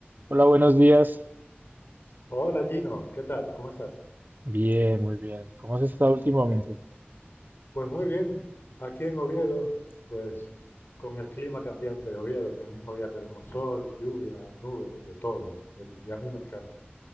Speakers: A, on the right (about 50°); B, on the left (about 60°).
A: Hola, buenos días.
B: Hola Gino, ¿qué tal? ¿Cómo estás?
A: Bien, muy bien. ¿Cómo has estado últimamente?
B: Me alegro. Pues muy bien, aquí en Oviedo, pues con el clima cambiante de Oviedo, que en el mismo día tenemos sol, lluvia, nubes, de todo. Y, el- y a mí me encanta.